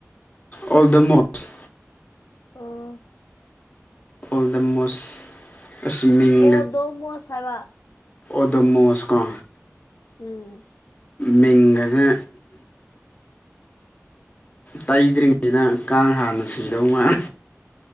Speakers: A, on the left; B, on the left.
A: ꯑꯣꯜ ꯗ ꯃꯣꯁ
B: ꯑꯣ
A: ꯑꯣꯜ ꯗ ꯃꯣꯁꯁ꯭ꯋꯤꯃꯤꯡ
B: ꯑꯣꯗꯣꯃꯣꯁ ꯍꯥꯏꯕ
A: ꯑꯣꯗꯝꯃꯨ ꯃꯁꯀꯣ
B: ꯎꯝ
A: ꯃꯤꯡꯒꯁꯦ ꯇꯩꯗ꯭ꯔꯤꯉꯩꯗ ꯀꯥꯡ ꯍꯥꯟꯅ ꯁꯤꯗꯧ ꯃꯥꯜ